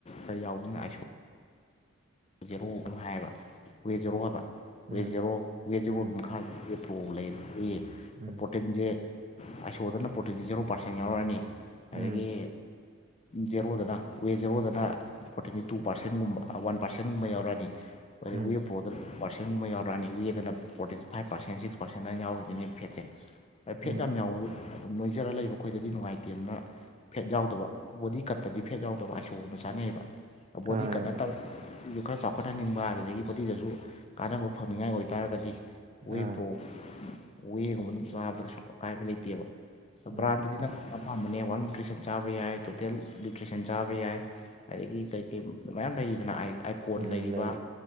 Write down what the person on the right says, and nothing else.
ꯎꯝ
ꯎꯝ
ꯎꯝ
ꯎꯝ
ꯎꯝ
ꯎꯝ
ꯑꯥ
ꯏꯌꯥꯝꯕ
ꯑꯥ
ꯎꯝ
ꯎꯝ
ꯂꯩ